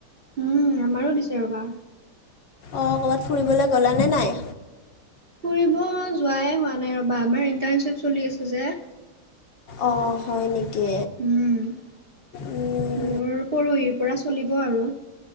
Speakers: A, on the right; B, on the left.
A: উম আমাৰো দিছে ৰ'বা
B: অ ক'ৰবাত ফুৰিবলৈ গ'লানে নাই
A: ফুৰিব যোৱাই হোৱা নাই ৰ'বা আমাৰ ইণ্টাৰ্ণশ্বিপ চলি আছে যে
B: অ হয় নেকি
A: উম।
B: উম
A: মোৰ পৰহিৰ পৰা চলিব আৰু